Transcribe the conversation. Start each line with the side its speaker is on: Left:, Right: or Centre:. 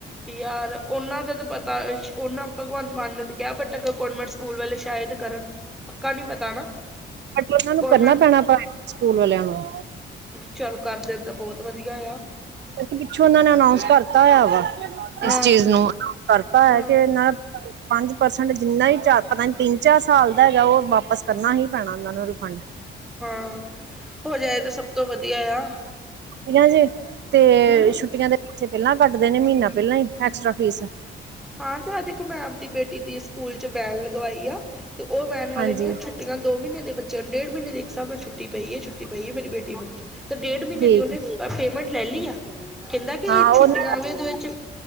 Centre: ਯਾਰ ਉਹਨਾਂ ਦਾ ਤਾਂ ਪਤਾ ਸ਼ ਉਹਨਾਂ ਭਗਵੰਤ ਮਾਨ ਨੇ ਤੇ ਕਿਆ ਬਟ ਅਗੋ ਕੋਨਵੇਂਟ ਸਕੂਲ ਵਲੇ ਸ਼ਾਇਦ ਕਰਨ, ਪੱਕਾ ਨੀ ਪਤਾ। ਨਾ
Right: ਅਗੇ ਉਹਨਾ ਨੂੰ
Centre: ਕਨਵੈਂਟ
Right: ਕਰਨਾ ਪੈਣਾ। ਪ੍ਰਾਈਵੇਟ ਸਕੂਲ ਵਾਲਿਆਂ ਨੂੰ।
Centre: ਚੱਲ ਕਰ ਦੇਣ ਤਾਂ ਬਹੁਤ ਵਧੀਆ ਆ।
Right: ਕਿਉਂਕਿ ਪਿੱਛੋਂ ਉਹਨਾਂ ਨੇ ਅਨਾਊਸ ਕਰਤਾ ਹੋਆ ਵਾ,
Centre: ਹਾਂ,
Right: ਇਸ ਚੀਜ਼ ਨੂੰ ਕਰਤਾ ਹੋਇਆ
Centre: ਹਾਂ,
Right: ਕਿ ਇਹਨਾਂ ਪੰਜ ਪਰਸੈਂਟ ਜਿੰਨਾ ਈ ਚਾ ਪਤਾ ਤਿੰਨ ਚਾਰ ਸਾਲ ਦਾ ਹੈਗਾ। ਉਹ ਵਾਪਿਸ ਕਰਨਾ ਹੀ ਪੈਣਾ ਉਹਨਾਂ ਨੂੰ ਰਿਫੰਡ।
Centre: ਹਾਂ, ਹੋ ਜਾਏ ਤਾਂ ਸਭ ਤੋਂ ਵਧੀਆ ਆ।
Right: ਤਿਆ ਜੇ ਤੇ
Centre: ਹਮ
Right: ਛੁੱਟੀਆਂ ਦੇ ਪਿੱਛੇ ਪਹਿਲਾਂ ਕੱਟ ਦੇ ਨੇ ਮਹੀਨਾ ਪਹਿਲਾਂ ਹੀ ਐਕਸਟਰਾ ਫੀਸ।
Centre: ਹਾਂ ਤੇ ਅਹ ਦੇਖੋ ਮੈਂ ਆਪਦੀ ਬੇਟੀ ਦੀ ਸਕੂਲ ਚ ਬੈਨ ਲਗਵਾਈ ਆ ਤੇ ਉਹ ਵੈਨ ਵਾਲੇ
Right: ਹਾਂਜੀ
Centre: ਨੇ ਛੁਟ ਅੱਜ-ਕੱਲ ਦੇ ਦੋ ਮਹੀਨੇ ਦੇ ਬੱਚਿਆਂ ਨੂੰ ਡੇਢ ਮਹੀਨੇ ਇੱਕ ਹਿਸਾਬ ਨਾਲ ਛੁੱਟੀ ਪਈ ਐ ਛੁੱਟ ਟੀ ਪਈ ਆ ਮੇਰੀ ਬੇਟੀ ਨੂੰ ਤੇ ਡੇਢ ਮਹੀਨੇ
Right: ਠੀਕ
Centre: ਦੀ ਉਹਨੇ ਪੇਮੈਂਟ ਲੈ ਲੀ ਆ। ਕਹਿੰਦਾ ਕਿ
Right: ਹਾਂ
Centre: ਛੁੱਟੀਆਂ
Right: ਉਹਨਾਂ ਦਾ
Centre: ਦੇ ਵਿਚ,